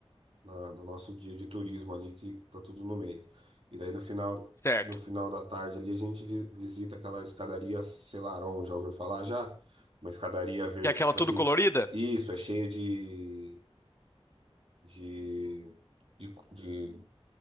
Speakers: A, on the right; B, on the left.
A: na- no nosso dia de turismo ali, que tá tudo no meio. E daí no final,
B: Certo.
A: no final da tarde ali a gente vi- visita aquela escadaria Selarón, já ouviu falar já? Uma escadaria verde,
B: Que é aquela
A: que, tipo
B: tudo
A: assim,
B: colorida?
A: isso, é cheia de, de, de, de-